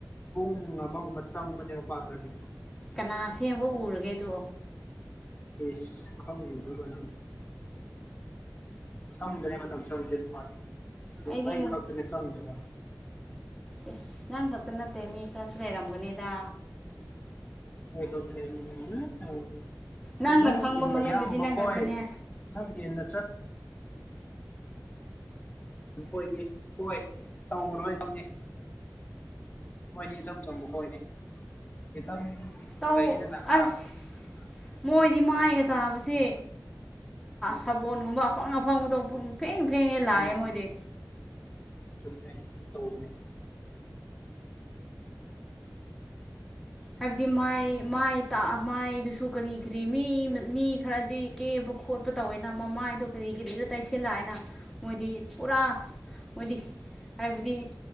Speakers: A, on the left; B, in the centre.
A: ꯄꯨꯡ ꯑꯃꯒꯨꯝꯕ ꯆꯪꯕꯅꯦ ꯂꯨꯄꯥ ꯈꯔꯒꯤꯅ
B: ꯀꯅꯥ ꯁꯦꯝꯕ ꯎꯔꯒꯦꯗꯣ
A: ꯐꯁ ꯀ ꯅꯨꯗꯒꯅ ꯁꯝꯗꯅꯅꯦ ꯃꯇꯝ ꯆꯪꯁꯅꯄꯥꯅꯤ ꯑꯗꯨ
B: ꯑꯩꯗꯤ
A: ꯑꯩ ꯈꯛꯇꯅꯦ ꯆꯪꯗꯕ
B: ꯏꯁꯁ ꯅꯪ ꯈꯛꯇ ꯅꯠꯇꯦ ꯃꯤ ꯈꯔꯁꯨ ꯂꯩꯔꯝꯒꯅꯤꯗ
A: <unintelligible> <unintelligible>
B: ꯅꯪꯅ
A: ꯅꯪꯒꯤꯅ
B: ꯈꯪꯕ ꯃꯅꯨꯡꯗꯗꯤ
A: ꯏꯌꯥꯝꯕ
B: ꯅꯪ
A: ꯀꯣꯏ
B: ꯈꯛꯇꯅꯦ
A: ꯅꯪꯒꯤꯟꯅ ꯆꯠ ꯣꯏ ꯀꯣꯏ ꯇꯨ ꯔꯣꯣꯏ ꯇꯝꯅꯤ ꯃꯣꯏꯅꯤ ꯏꯆꯝ ꯆꯝꯕ ꯈꯣꯣꯏꯅꯤ ꯈꯤꯇꯪ
B: ꯇꯧ
A: ꯂꯩꯗꯅ ꯍꯥ
B: ꯑꯁ ꯃꯣꯏꯗꯤ ꯃꯥꯏꯒ ꯇꯥꯕꯁꯦ
A: ꯎꯝ
B: ꯁꯥꯕꯣꯣꯟꯒꯨꯝꯕ ꯑꯐꯪ ꯑꯐꯪꯕꯗꯣ ꯐꯦꯡ ꯐꯦꯡꯉꯦ ꯂꯥꯛꯑꯦ
A: ꯎꯝ
B: ꯃꯣꯏꯗꯤ
A: ꯆꯨꯝꯃꯦ ꯇꯧꯃꯦ
B: ꯍꯥꯏꯕꯗꯤ ꯃꯥꯏ ꯃꯥꯏ ꯃꯥꯏꯗꯨꯁꯨ ꯀꯔꯤꯈ꯭ꯔꯤꯕ ꯃꯤ ꯈꯔꯗꯤ ꯀꯦꯕ ꯈꯣꯠꯄ ꯇꯧꯋꯦꯅ ꯃꯃꯥꯏꯗꯣ ꯀꯔꯤ ꯀꯔꯤꯒ ꯇꯩꯁꯤꯜꯂꯛꯑꯦꯅ ꯃꯣꯏꯗꯤ ꯄꯨꯔꯥ ꯃꯣꯏꯗꯤ ꯍꯥꯏꯕꯗꯤ